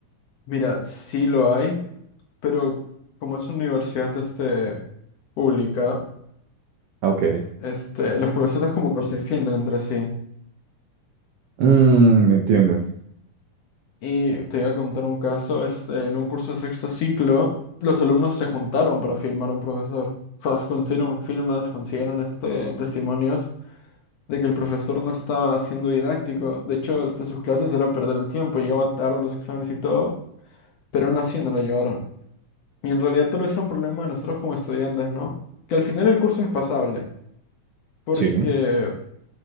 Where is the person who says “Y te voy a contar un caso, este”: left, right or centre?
Left